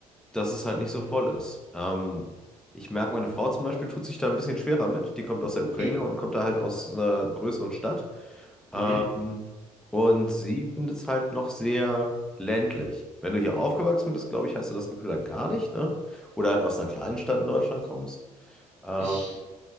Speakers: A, in the centre; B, on the right (about 35°).
A: dass es halt nicht so voll ist. Ähm, ich merke, meine Frau zum Beispiel tut sich da ein bisschen schwerer mit. Die kommt aus der Ukraine
B: Ich,
A: und kommt da halt aus einer größeren Stadt. Ähm,
B: mhm.
A: und sie findet es halt noch sehr ländlich. Wenn du hier aufgewachsen bist, glaube ich, hast du das Gefühl halt gar nicht, ne? Oder halt aus einer kleinen Stadt in Deutschland kommst. Ähm,
B: Ich,